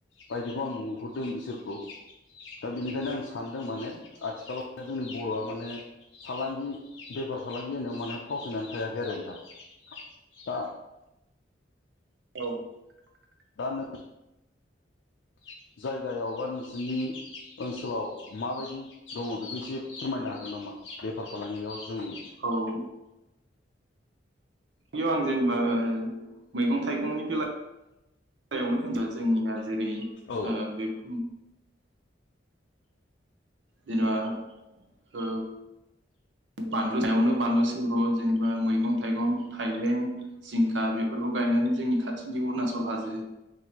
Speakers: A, on the left (about 70°); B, on the right (about 70°).
A: बायदिखौ आं नुहुरदों बिसोरखौ । दा बेनिखायनो आं सानदों माने आथिखालाव जोंनि बर'आ माने, फालांगि बेफार फालांगि होनायाव माने फावसायनानै थायाखै आरो नोंथां। दा
B: औ
A: दानो ज <inaudible> जायगायावबा नोंसिनि ओनसोलाव माबायदि दङ बेखौ एसे फोरमायनो हागोन नामा? बेफार फालांगियाव जोंनि
B: औ बेयाव आं जेनेबा मैगं थाइगंनि बेलायाव होनबा जोंनिया जेरै
A: औ
B: ओ बे <inaudible> जेनेबा औ बानलु सायावनो बानलु सिब्र' जेनेबा मैगं थाइगं थाइबें जिंखा बेफोरखौ गायनानै जोंनि खाथिनि अुरुनाशल हाजो